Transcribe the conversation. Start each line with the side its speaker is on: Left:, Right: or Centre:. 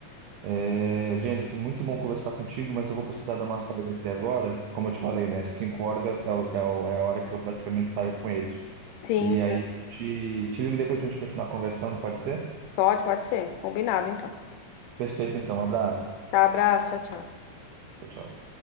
Right: É, Jennifer, muito bom conversar contigo, mas eu vou precisar dar uma saída aqui agora. Como eu te falei, né? Cinco horas é, é, o- é o- é a hora que eu praticamente saio com eles.
Left: Sim,
Right: E
Left: sim.
Right: aí, te, te ligo depois pra gente continuar conversando, pode ser?
Left: Pode, pode ser. Combinado, então.
Right: Perfeito, então. Um abraço.
Left: Tá, abraço. Tchau, tchau.
Right: Tchau, tchau.